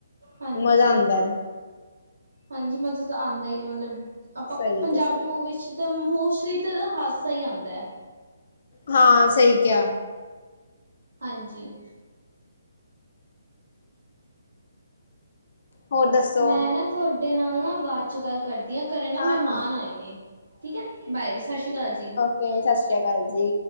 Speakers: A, on the right; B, on the left.
A: ਹਾਂਜੀ
B: ਮਜ਼ਾ ਆਂਦਾ ਹੈ
A: ਹਾਂਜੀ ਮਜਾ ਤਾ ਆਂਦਾ ਹੀ ਆ ਮਤਲਬ। ਆਪਾਂ
B: ਸਹੀ
A: ਪੰਜਾਬੀ
B: ਕਿਹਾ ਸਹੀ
A: ਮੂਵੀ
B: ਕਿਹਾ
A: ' ਤਾਂ ਮੋਸਟਲੀ ਤਾਂ ਇਹਦਾ ਹਾਸਾ ਹੀ ਆਉਂਦਾ।
B: ਹਾਂ ਸਹੀ ਕਿਆ।
A: ਹਾਂਜੀ।
B: ਹੋਰ ਦੱਸੋ
A: ਮੈਂ ਨਾ ਥੋਡੇ ਨਾਲ ਨਾ ਬਾਦ ਚ ਗੱਲ ਕਰ ਮੇਰੇ ਘਰੇ ਨਾ
B: ਹਾਂ
A: ਮਹਿਮਾਨ
B: ਹਾਂ
A: ਆਏ ਨੇ, ਠੀਕ ਐ ਬਾਏ ਸਸਰੀ ਕਾਲ ਜੀ।
B: ਗਏ ਸਸ ਰੀਆ ਕਾਲ ਜੀ।